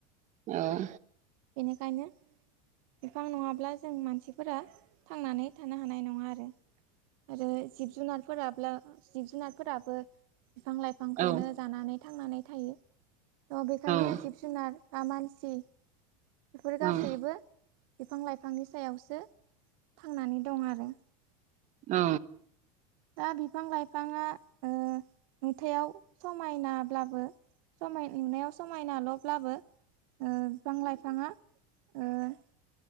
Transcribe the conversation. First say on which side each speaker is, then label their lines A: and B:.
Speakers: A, on the right (about 40°); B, on the right (about 65°).
A: औ
B: बेनिखायनो बिफां नङाब्ला जों मानसिफोरा थांनानै थानो हानाय नङा आरो आरो जिब जुनारफोराब्लो जिब जुनारफोराबो बिफां लाइ फांखौनो
A: औ
B: जानानै थांनानै थायो थ' बेखायनो
A: औ
B: जिब जुनार मानसि बेफोर गासैबो
A: औ
B: बिफां लाइफांनि सायावसो थांनानै दं आरो
A: औ
B: दा बिफां लाइफाङा ओ नुथायाव समायनाब्लाबो समाय नुनायाव समायनाल'ब्लाबो ओ बिफां लाइफाङा ओ